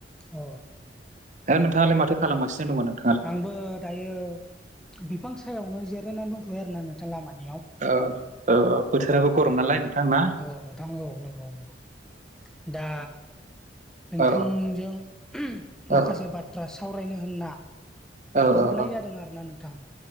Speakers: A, in the centre; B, on the right.
A: अ
B: दा नोंथाङालाय माथो खालामगासिनो दङ नों
A: आंबो दायो बिफां सायावनो जिरायनानै दंथ'यो आरोना नोंथां लामानियाव
B: ओ ओ बोथोराबो गरम नालाय
A: अ
B: नोंथांना
A: औ नोंथां औ नंगौ नंगौ दा नोंथांजों
B: औ
A: माखासे
B: औ
A: बाथ्रा सावरायनो होनना
B: औ औ
A: हरनाय
B: औ
A: जादों आरोना नोंथां